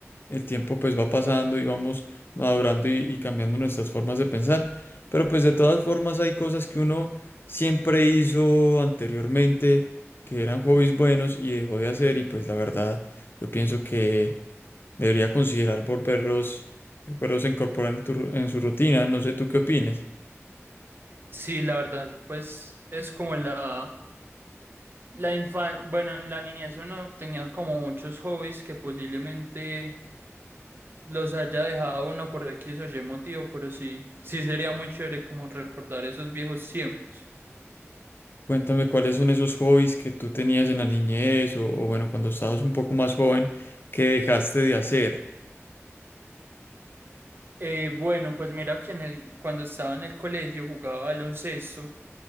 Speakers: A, on the left; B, on the right.
A: El tiempo pues va pasando y vamos madurando y, y cambiando nuestras formas de pensar. Pero pues de todas formas hay cosas que uno siempre hizo anteriormente, que eran hobbies buenos y dejó de hacer y pues la verdad yo pienso que debería considerar volverlos, volverlos a incorporar en tu ru- en su rutina. No sé tú qué opines.
B: Sí, la verdad, pues es como la, la infancia, bueno, en la niñez uno tenía como muchos hobbies que posiblemente los haya dejado uno por X o Y motivo, pero sí, sí sería muy chévere como recordar esos viejos tiempos.
A: Cuéntame cuáles son esos hobbies que tú tenías en la niñez o, o bueno, cuando estabas un poco más joven que dejaste de hacer.
B: Eh, bueno, pues mira que en el, cuando estaba en el colegio jugaba baloncesto